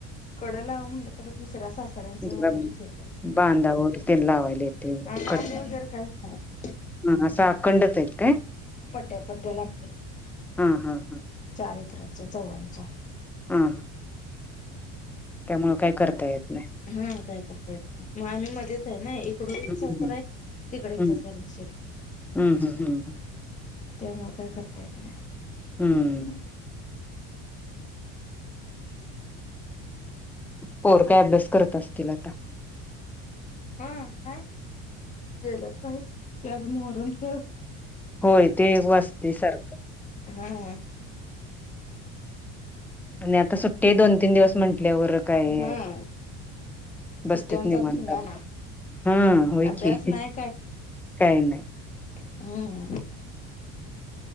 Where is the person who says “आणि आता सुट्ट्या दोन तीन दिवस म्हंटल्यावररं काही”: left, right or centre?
Centre